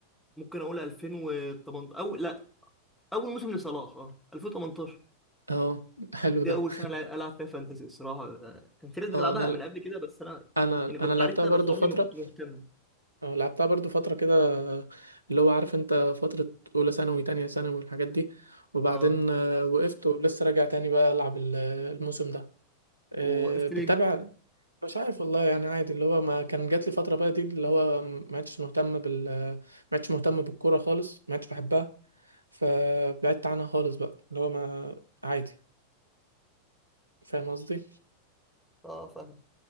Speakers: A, in the centre; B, on the right.
A: ممكن أقول 2018 أو لأ أول موسم لصلاح اه 2018
B: اه حلو
A: دي
B: ده
A: أول سنة ألعب فيها فانتسي الصراحة آه، كان في ناس بتلعبها
B: اه انا
A: من قبل كده بس أنا
B: انا
A: يعني كنت
B: انا لعبتها
A: عارفها
B: برضو
A: بس عمري
B: فترة
A: ما كنت مهتم
B: اه لعبتها برضو فترة كده اللي هو عارف انت فترة اولى ثانوي تانية ثانوي والحاجات دي وبعدين
A: اه
B: آه، وقفت ولسه راجع تاني بقى العب ال- الموسم ده آه،
A: ووقفت
B: بتتابع
A: ليه؟
B: مش عارف والله يعني عادي اللي هو ما كان جات لي فتره بقى دي اللي هو ما عدتش مهتم بال ما عدتش مهتم بالكوره خالص ما عدتش بحبها فبعدت عنها خالص بقى اللي هو ما عادي فاهم قصدي
A: اه فاهم